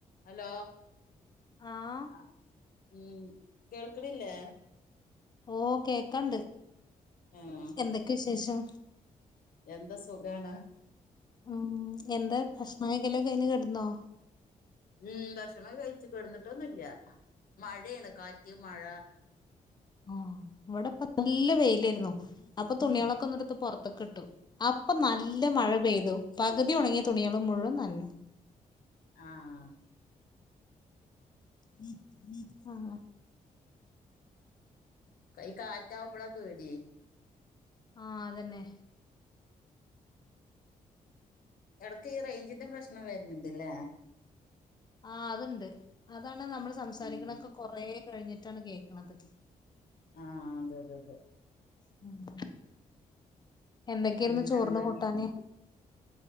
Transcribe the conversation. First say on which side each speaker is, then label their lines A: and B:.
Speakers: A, on the left (about 70°); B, on the left (about 25°).
A: ഹലോ,
B: ആഹ്
A: അ ഉം കേൾക്ക്ണില്ലേ?
B: ഓ കേക്കാണ്ട്
A: ആഹ്
B: എന്തൊക്കെ വിശേഷം
A: എന്താ സുഖാണ്
B: ഉം എന്താ ഭക്ഷണം കഴിക്കലൊക്കെ കയിഞ് കെടന്നോ
A: ഉം ഭക്ഷണം കഴിച്ചു കെ ടന്നിട്ടൊന്നുല്ല മഴയാണ് കാറ്റ് മഴ
B: ഉം ഇവിടെപ്പോ നല്ല വെയിലരുന്നു അപ്പൊ തുണിളൊക്കെ ഒന്ന് എടുത്ത് പോറത്തൊക്ക്‌ട്ടു അപ്പൊ നല്ല മഴ പെയ്തു പകുതി ഒണങ്ങിയ തുണികൾ മുഴുവൻ നനഞ്ഞു
A: ആഹ്
B: <inaudible>
A: കൈ കാറ്റാവുമ്പള പേടിയേ
B: ആഹ് അതന്നെ
A: എടക്ക് ഇ റൈഞ്ചിന്റെ പ്രശ്നം വരുന്നുണ്ട്ല്ലേ
B: ആ അത്ണ്ട് അതാണ് നമ്മള് സംസാരിക്ക്ണെ
A: ഉം
B: കൊറെ കഴിഞ്ഞിട്ടാണ് കേക്ക്‌ണത്
A: ആഹ് അതെ അതെ അതെ
B: <unintelligible> എന്തൊക്കെയിരുന്നു
A: പിന്നെന്താ
B: ചോറിന് കൂട്ടാന്